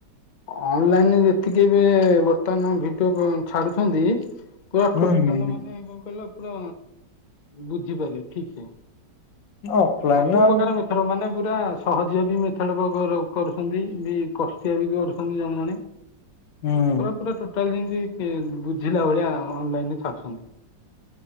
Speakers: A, on the left; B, on the left.
A: ଅନଲାଇନରେ ଯେତିକି ବି ଏ ବର୍ତ୍ତମାନ ଭିଡିଓ ଛାଡୁଛନ୍ତି ପୁରା
B: ହୁଁ
A: ଟୋଟାଲ
B: ହୁଁ
A: ମାନେ କଣ କହିଲ ପୁରା ବୁଝିପାରିବ ଠିକ ସେ।
B: ଅଫଲାଇନ
A: ସବୁ
B: ଆଉ
A: ପ୍ରକାର ମେଥଡ ମାନେ ପୁରା ସହଜ ବି ମେଥଡ ର କରୁଛନ୍ତି ବି କଷ୍ଟିଆ ବି କରୁଛନ୍ତି ଜଣେ ଜଣେ
B: ହୁଁ।
A: ପୁରା ପୁରା ଟୋଟାଲ ଯେମିତି ବୁଝିଲା ଭଳିଆ ଅନଲାଇନ୍ ରେ ଛାଡୁଛନ୍ତି।